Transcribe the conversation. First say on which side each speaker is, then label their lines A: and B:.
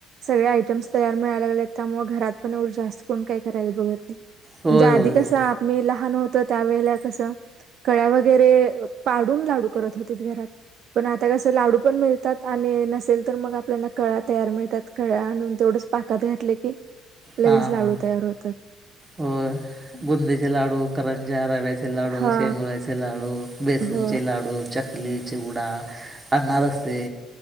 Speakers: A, on the right; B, on the right.
A: सगळे आयटम्स तयार मिळायला लागलेत त्यामुळे घरात पण एवढं जास्त कोण काही करायला बघत नाही.
B: होय
A: म्हणजे आधी
B: होय होय
A: कसं आम्ही लहान हो तो तर त्या वेळेला कस कळ्या वगेरै पाडून लाडू करत होते घरात पण आत्ता कसं लाडू पण मिळतात आणि नसेल तर मग आपल्याला कळ्या तयार मिळतात कळ्या आणून तेवढंच पाकात घातले की लगेच
B: हा
A: लाडू
B: हा
A: तयार होतात
B: हो बुंदचे लाडू, करंज्या रव्याचे लाडू,
A: हा
B: शेंगुळ्याचे लाडू, बेसनचे
A: हो
B: लाडू, चकली, चिवडा अनारसे